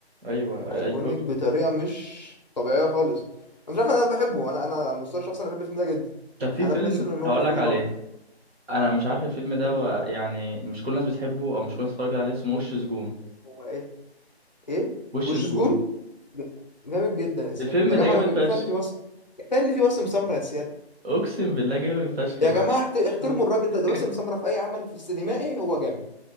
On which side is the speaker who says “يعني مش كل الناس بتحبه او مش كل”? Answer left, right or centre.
Right